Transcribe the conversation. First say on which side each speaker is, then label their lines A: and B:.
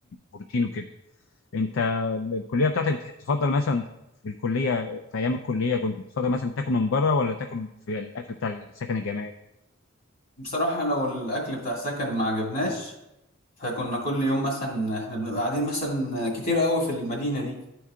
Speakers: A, on the left; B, on the left.
A: بروتين وكده انت الكليه بتاعتك بتح- تفضل مثلا في الكليه في ايام الكليه كنت بتفضل مثلا تاكل من بره ولا تاكل في الاكل بتاع السكن الجامعي
B: بصراحة لو الأكل بتاع السكن ما عجبناش فكنا كل يوم مثلا احنا بنبقى قاعدين مثلا كتير قوي في المدينة دي